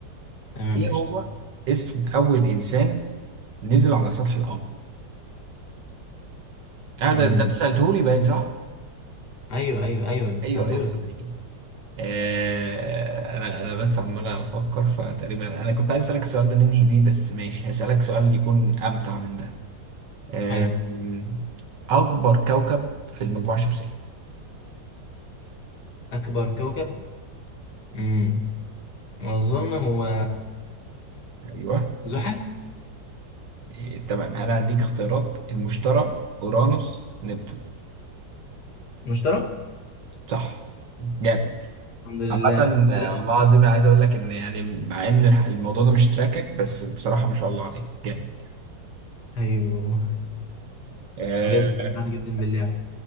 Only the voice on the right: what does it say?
ايه
هو اسم اول انسان نزل على سطح القمر اه
ده ده انت سالته لي باين صح
ايوه ايوه صحيح آه انا انا بس عمال افكر فتقريبا انا كنت عايز اسالك السؤال ده ننهي بيه بس ماشي هسالك سؤال يكون امتع من ده آه
م- اكبر كوكب في المجموعه الشمسيه
ايوه
إيه، تمام انا هديك اختيارات المشتري اورانوس نبتون
صح جامد
عامة آه،
والله العظيم أنا عايز اقول لك ان يعني مع ان الح- الموضوع ده مش تراكك بس بصراحة ما شاء الله عليك جامد
أه